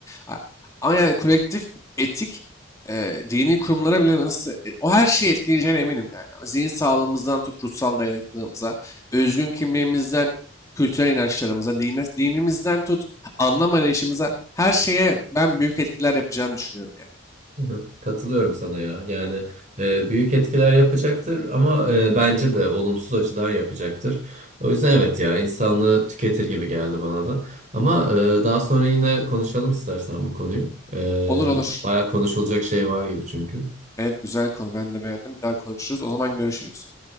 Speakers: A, on the left; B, on the right.
A: A- Ama yani kolektif etik e, dini kurumlara bile nasıl e, o her şeyi etkileyeceğine eminim yani. Zihin sağlığımızdan tut ruhsal dayanıklılığımıza, özgün kimliğimizden kültürel inançlarımıza, dine, dinimizden tut anlam arayışımıza her şeye ben büyük etkiler yapacağını düşünüyorum yani.
B: Hı hı. Katılıyorum sana ya. Yani e, büyük etkiler yapacaktır ama e, bence de olumsuz açıdan yapacaktır. O yüzden evet ya insanlığı tüketir gibi geldi bana da. Ama e, daha sonra yine konuşalım istersen bu konuyu. E,
A: Olur olur.
B: baya konuşulacak şey var gibi çünkü.
A: Evet güzel konu ben de beğendim. Bir daha konuşuruz. O zaman görüşürüz.